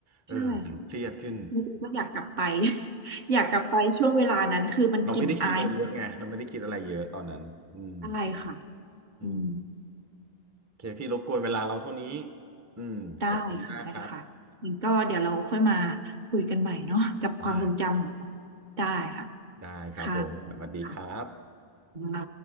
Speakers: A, on the right; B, on the right.
A: เออเห็นเครียดขึ้น
B: ใช่ค่ะจริงๆก็อยากกลับไป <laughs> อยากกลับไปช่วงเวลานั้นคือมันกลิ่นอายของ
A: เราไม่ได้คิดอะไรเยอะไงเราไม่ได้คิดอะไรเยอะตอนนั้นอืม
B: อะไรค่ะ
A: อืม
B: อืม
A: โอเคพี่รบกวนเวลาเราเท่านี้อืมขอบคุณมากครับ
B: ได้ค่ะได้ค่ะมันก็เดี๋ยวเราค่อยมาคุยกันใหม่เนาะกับความทรงจำของเรา
A: ได้
B: ได้ค่ะ
A: <laughs> ได้ครับผมสวัสดีครับ
B: ค่ะค่ะอ่า